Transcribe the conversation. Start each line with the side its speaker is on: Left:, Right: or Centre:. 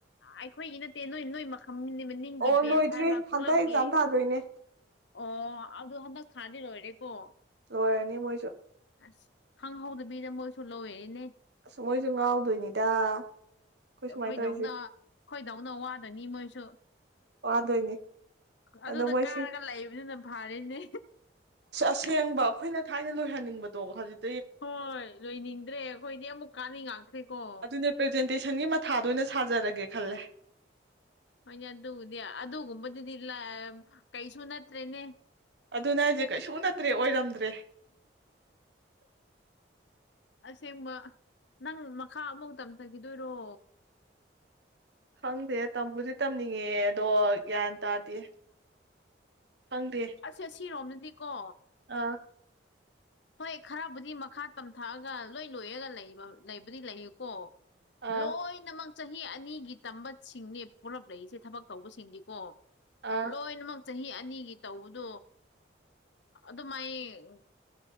Left: ꯑꯩꯈꯣꯏꯒꯤ ꯅꯠꯇꯦ ꯅꯣꯏ ꯅꯣꯏ ꯃꯈꯥ ꯅꯤꯡꯒꯤ
Right: ꯑꯣ
Left: ꯕꯦꯁ
Right: ꯂꯣꯏꯗ꯭ꯔꯤ
Left: ꯍꯥꯏꯕ ꯄꯨꯂꯞꯒꯤ
Right: ꯍꯟꯗꯛ ꯑꯦꯛꯖꯥꯝ ꯊꯥꯗꯣꯏꯅꯦ
Left: ꯑꯣ ꯑꯗꯨ ꯍꯟꯗꯛ ꯊꯥꯗꯤ ꯂ ꯑꯣꯏꯔꯦꯀꯣ
Right: ꯑꯣꯏꯣꯏꯅꯤ ꯃꯣꯏꯁꯨ
Left: ꯑꯁ ꯈꯪꯍꯧꯗꯕꯤꯗ ꯃꯣꯏꯁꯨ ꯂꯧꯋꯦ ꯏꯅꯦ
Right: ꯑꯁ ꯃꯣꯏꯁꯨ ꯉꯥꯎꯗꯣꯏꯅꯤꯗ ꯑꯩꯈꯣꯏ
Left: ꯑꯩꯈꯣꯏꯗꯧꯅ
Right: ꯁꯨꯃꯥꯏꯅ ꯇꯧꯔꯤꯁꯦ
Left: ꯑꯩꯈꯣꯏꯗꯧꯅ ꯋꯥꯗꯅꯤ ꯃꯣꯏꯁꯨ
Right: ꯋꯥꯗꯣꯏꯅꯦ
Left: ꯑꯗꯨꯗ
Right: ꯑꯗꯣ ꯃꯣꯏꯁꯤ
Left: ꯀꯥꯔꯒ ꯂꯩꯕꯅꯤꯅ ꯐꯔꯤꯅꯦ
Right: ꯑꯁꯦꯡꯕ ꯑꯩꯈꯣꯏꯅ ꯊꯥꯏꯅ ꯂꯣꯏꯍꯟꯅꯤꯡꯕꯗꯣ ꯍꯧꯖꯤꯛ
Left: ꯍꯣꯏ ꯂꯣꯏꯅꯤꯡꯗ꯭ꯔꯦ ꯑꯩꯈꯣꯏꯗꯤ ꯑꯃꯨꯛ ꯀꯥꯅꯤꯡ ꯉꯥꯛꯈ꯭ꯔꯦꯀꯣ
Right: ꯑꯗꯨꯅꯦ ꯄ꯭ꯔꯖꯦꯟꯇꯦꯁꯟꯒꯤ ꯃꯊꯥꯗ ꯑꯣꯏꯅ ꯁꯥꯖꯔꯒꯦ ꯈꯜꯂꯦ
Left: ꯍꯣꯏꯅꯦ ꯑꯗꯨꯕꯨꯗꯤ ꯑꯗꯨꯒꯨꯝꯕꯗꯨꯗꯤ ꯀꯩꯁꯨ ꯅꯠꯇ꯭ꯔꯦꯅꯦ
Right: ꯑꯗꯨꯅ ꯍꯥꯏꯁꯦ ꯀꯩꯁꯨ ꯅꯠꯇ꯭ꯔꯦ ꯑꯣꯏꯔꯝꯗ꯭ꯔꯦ
Left: ꯑꯁꯦꯡꯕ ꯅꯪ ꯃꯈꯥ ꯑꯃꯐ ꯇꯝꯊꯈꯤꯗꯣꯏꯔꯣ
Right: ꯈꯪꯗꯦ ꯇꯝꯕꯨꯗꯤ ꯇꯝꯅꯤꯡꯉꯦ ꯑꯗꯣ ꯒ꯭ꯌꯥꯟ ꯇꯥꯗꯦ ꯐꯪꯗꯦ
Left: ꯑꯁ ꯁꯤꯔꯣꯝꯅꯗꯤꯀꯣ
Right: ꯑ
Left: ꯍꯣꯏ ꯈꯔꯕꯨꯗꯤ ꯃꯈꯥ ꯇꯝꯊꯛꯑꯒ ꯂꯣꯏ ꯂꯣꯏꯔꯒ ꯂꯩꯕ ꯂꯩꯕꯨꯗꯤ ꯂꯩ ꯀꯣ
Right: ꯑꯥ
Left: ꯂꯣꯏꯅꯃꯛ ꯆꯍꯤ ꯑꯅꯤꯒꯤ ꯇꯝꯕꯁꯤꯡꯅꯦ ꯄꯨꯂꯞ ꯂꯩꯛꯏꯁꯦ ꯊꯕꯛ ꯇꯧꯕꯁꯤꯡꯗꯤꯀꯣ
Right: ꯑꯥ
Left: ꯂꯣꯏꯅꯃꯛ ꯆꯍꯤ ꯑꯅꯤꯒꯤ ꯇꯧꯕꯗꯣ ꯑꯗꯨꯃꯥꯏꯅ